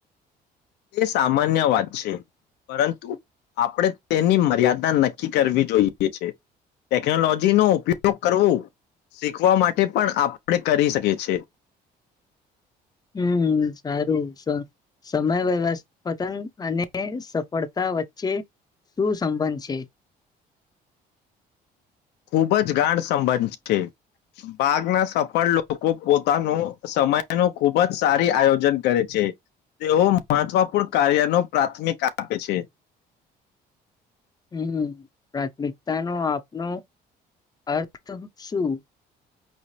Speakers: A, on the left; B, on the left.
A: એ સામાન્ય વાત છે પરંતુ આપણે તેની મર્યાદા નક્કી કરવી જોઈએ છે ટેકનોલોજીનો ઉપયોગ કરવો શીખવા માટે પણ આપણે કરી શકીએ છે
B: હમ્મ સારું સમય વ્યવસ્થાન અને સફળતા વચ્ચે શું સંબંધ છે
A: ખૂબ જ ગાઢ સંબંધ છે ભાગના સફળ લોકો પોતાનો સમય ન ખૂબ જ સારી આયોજન કરે છે તેઓ મહત્વપૂર્ણ કાર્ય ન પ્રાથમિકતા આપે છે
B: હમ્મ પ્રાથમિકતાનોો આપનો અર્થ શું